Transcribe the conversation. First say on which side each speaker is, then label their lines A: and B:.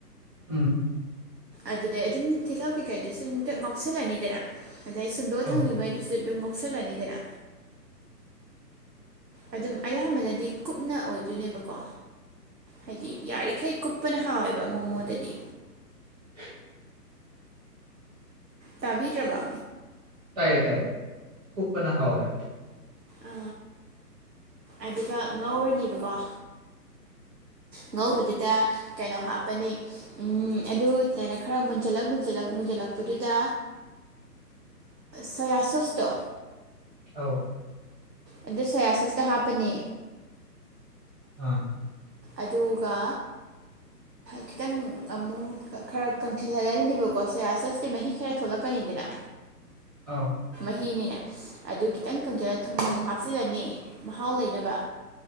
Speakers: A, on the right; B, on the right.
A: ꯎꯝ
B: ꯑꯗꯨꯗꯤ ꯑꯗꯨꯝ ꯇꯤꯜꯍꯧ ꯀꯩꯀꯩꯗꯨꯁꯨ ꯑꯗꯨꯝ ꯉꯧꯁꯤꯜꯂꯅꯤꯗꯕ ꯑꯗꯩ ꯁꯨꯝꯗꯣꯛꯑꯥ
A: ꯑꯧ
B: ꯊꯝꯒꯤꯕꯥ ꯒꯩꯗꯨꯁꯨ ꯉꯧꯁꯤꯜꯂꯅꯤ ꯗꯅ ꯑꯗꯨꯝ ꯑꯌꯥꯝꯕꯅꯗꯤ ꯀꯨꯞꯅ ꯑꯣꯏꯗꯣꯏꯅꯦꯕꯀꯣ ꯍꯥꯏꯗꯤ ꯌꯥꯔꯤꯈꯩ ꯀꯨꯞꯄꯅ ꯍꯥꯎꯋꯦꯕ ꯃꯣꯃꯣꯗꯗꯤ
A: ꯕ
B: ꯇꯥꯕꯤꯗ꯭ꯔꯕ
A: ꯇꯌꯦ ꯇꯥꯏꯌꯦ ꯈꯨꯄꯄꯅ ꯍꯥꯎꯏ ꯍꯥꯏꯕꯗꯣ
B: ꯑ ꯑꯗꯨꯒ ꯉꯧꯔꯅꯤꯕꯀꯣ ꯉꯧꯕꯗꯨꯗ ꯀꯩꯅꯣ ꯍꯥꯞꯄꯅꯤ ꯎꯝ ꯑꯗꯨꯗꯥꯏꯅ ꯈꯔ ꯃꯨꯟꯖꯜꯂꯛ ꯃꯨꯟꯖꯜꯂꯛ ꯃꯨꯟꯜꯂꯛ ꯂꯛꯄꯗꯨꯗ ꯁꯣꯌꯥ ꯁꯣꯁꯇꯣ
A: ꯑꯥꯎ
B: ꯑꯗꯨ ꯁꯣꯌꯥꯁꯣꯁꯇꯣ ꯍꯥꯞꯄꯅꯤ
A: ꯎꯝ
B: ꯑꯗꯒꯥ ꯈꯤꯇꯪ ꯑꯃꯨꯛ ꯈꯔ ꯀꯪꯁꯤꯜꯍꯜꯂꯅꯤꯕꯀꯣ ꯁꯌꯥ ꯁꯣꯏꯁ ꯃꯍꯤ ꯈꯔ ꯊꯣꯛꯂꯛ ꯂꯂ ꯀꯅꯤꯗ
A: ꯑꯧ
B: ꯃꯍꯤꯅꯤꯅꯦ ꯑꯗꯨ ꯈꯤꯇꯪ ꯀꯪꯁꯤꯜꯂꯒꯥ ꯊꯨꯝ ꯑꯃꯨꯛ ꯍꯥꯞꯆꯤꯜꯂꯅꯤ ꯃꯍꯥꯎ ꯂꯩꯅꯕ